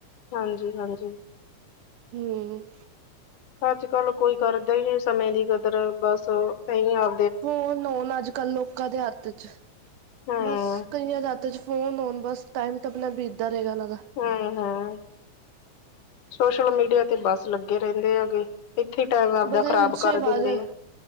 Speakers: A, on the left; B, on the right.
A: ਹਾਂਜੀ ਹਾਂਜੀ
B: ਹੂੰ
A: ਅੱਜ-ਕੱਲ ਕੋਈ ਕਰਦਾ ਈ ਨਈ ਸਮੇਂ ਦੀ ਕਦਰ ਬਸ ਏਹੀ ਆ
B: ਫੋਨ ਹੋਨ ਅੱਜ-ਕੱਲ ਲੋਕਾਂ ਦੇ ਹੱਥ ਚ,
A: ਹਮ
B: ਬਸ ਕਈਆਂ ਦੇ ਹੱਥ ਚ ਫੋਨ ਹੋਨ ਬਸ ਟਾਈਮ ਤਾਂ ਆਪਨਾ ਬੀਤਦਾ ਰਹੇਗਾ ਓਨਾਂ ਦਾ।
A: ਹੂੰ-ਹੂੰ, ਸੋਸ਼ਲ ਮੀਡੀਆ ਤੇ ਬਸ ਲੱਗੇ ਰੈਂਦੇ ਹੈਗੇ। ਏਥੀ ਟਾਈਮ ਆਪਦਾ
B: ਬਸ ਇਸੇ
A: ਖ਼ਰਾਬ ਕਰ
B: ਆਵਾਜ਼
A: ਦਿੰਦੇ ਐ।